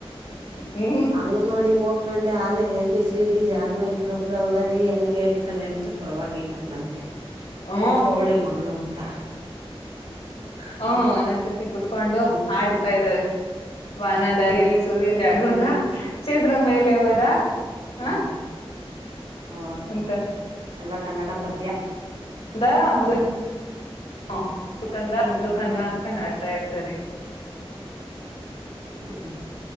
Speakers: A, on the left; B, on the right.
A: ಹ್ಮ್
B: ಅಂಗನವಾಡಿಗೆ ಹೋಗ. ಕಂಡೆ ಆಲ A- B- C- D- January February ಎಲ್ಲಾ ಹೇಳ್ತಾಳೆ ಅಂದ್ರು. ಪರವಾಗಿಲ್ಲಂಗಂದ್ರೆ
A: ಹ್ಮ್
B: ಚುರುಕವಳೆ ಮಗಳು ಅಂತ. ಹ
A: ಹ್ಮ ಒಂದ ಒಂದಸತಿ ಕುತ್ಕೊಂಡು
B: ಮುಂದೆ
A: ಆಡತಾ ಇದಾರೆ. ವಾನದ
B: ಹ
A: ಎಲ್ಲಿ ಸೂರ್ಯ ಜಾರಿ
B: ಏನ್
A: ಹೋದ ಚಂದ್ರ ಮೇಲೆ ಬದ.
B: ಹಓ.
A: ಹ
B: ಓ
A: ಅಂತ
B: ಎಲ್ಲ ಕನ್ನಡ ಪದ್ಯ.
A: <inaudible> ಹ ಮುದ್ದು ಕಂದ ಮುದ್ದು
B: ಹಾ
A: ಕಂದ ಅನ್ಕೊಂಡ್ ಆಡ್ತಾ ಇರ್ತಾರೆ.
B: ಹ್ಮ್